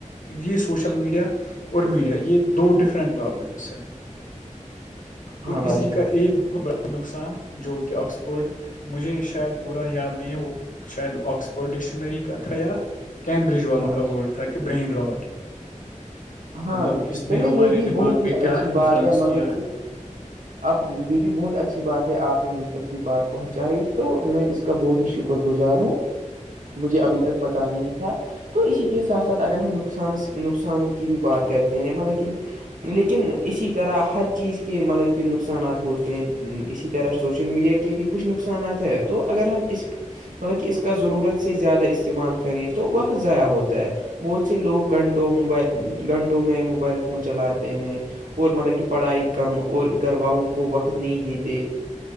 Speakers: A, on the left; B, on the right.
A: یہ سوشل میڈیا اور میڈیا یہ دو ڈفرنٹ ٹاپک ہے
B: ہاں
A: اور
B: بھائی
A: اسی
B: جان
A: کا ایک ب وہ بڑا نقصان جو کہ آکسفورڈ مجھے شاید پورا یاد نہیں ہے وہ شاید آکسفورڈ ڈکشنری کا تھا یا کیمبرج والوں
B: ہاں بھائی جان
A: ت تھاکہ برین راٹ
B: ہاں
A: مطلب اس نے
B: چلیے
A: ہمارے
B: یہ بھی
A: دماغ
B: بہت ہی
A: پہ کیا
B: اچھی
A: انفلوئنس
B: بات ہے مطلب
A: کیا
B: کہ اب یہ بھی بہت اچھی بات ہے آپ نے مجھ تک یہ بات پہنچائی تو میں اس کا بہت ہی شکر شکر گزاروں مجھے ابھی تک پتا نہیں تھا تو اسی کے ساتھ ساتھ اگر ہم نقصان نقصان کی بھی بات کرتے ہیں مطلیکن لیکن اسی طرح ہر چیز کے مطلب کہ نقصانات ہوتے ہیں اسی طرح سوشل میڈیا کے کے بھی کچھ نقصانات ہے تو اگر ہم اس مطلب کہ اس کا ضرورت سے زیادہ استعمال کریں تو وقت ضائع ہوتا ہے بہت سے لوگ گھنٹوں موبائل گھنٹوں میں موبائل فون چلاتے ہیں اور مطلب کہ پڑھائی کم اور گھر والوں کو وقت نہیں دیتے